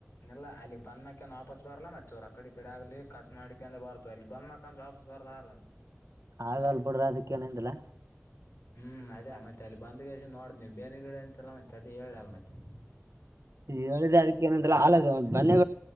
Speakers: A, on the left; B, on the right.
A: ಇಲ್ಲ ಅಲ್ಲಿ ಬಂದಕನ್ ವಾಪಾಸ್ ಬರ್ಲ್ಲ ಮತ್ತ ಚೂರು ಅ ಕಡಿ ಕಡೆ ಆಗ್ಲಿ ಕಟ್ ಮಾಡಕ ಅಂದ ಬಾರತು ಅಲ್ಲಿ ಬಂದಕಂದ್ರ ವಾ ಬಸ ಬರ್ದಲ್ಾಗ
B: ಆಗಲ್ ಬಿಡ್ರ ಅದಕ್ಕ ಏನಿಂದಿಲ್ಲ
A: ಹ್ಮ್ ಅದೇ ಮತ್ತೆ ಅಲ್ಲಿ ಬಂದ್ಗೆ ನೋಡ್ದ ನೀವು ಬೇರೆಗಡೆ ಅಂತಲ್ಲ ಮತ್ತೆ ಅದ ಹೇಳ ಅ ಮತ್ತೆ
B: ಹೇಳಿದೆ ಅದಕ್ಕೇಏ ಆಲದ ಬನೆಿ